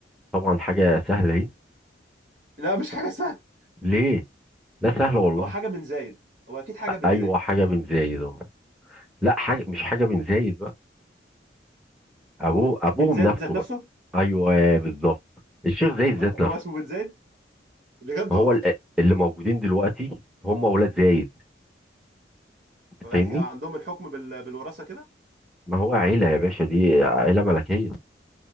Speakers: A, in the centre; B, on the right.
A: طبعا حاجة سهلة اهي
B: لا مش حاجة سهلة
A: ليه لا سهلة والله
B: هو حاجة بن زايد هو أكيد حاجة بن
A: ايوه
B: زايد
A: حاجة بن زايد اهو لا حاجة مش حاجة بن زايد بقى ابوه ابوهم
B: بن زايد
A: نفسه
B: ذات
A: بقى
B: نفسه
A: ايوه بالظبط الشيخ زايد ذات
B: هو
A: نفسه
B: اسمه بن زايد بجد
A: ما
B: والله
A: هو ال- اللي موجودين دلوقتي هم اولاد زايد
B: هي
A: فاهمني
B: عندهم الحكم بال... بالوراثة كده
A: ما هو عيلة يا باشا دي عيلة ملكية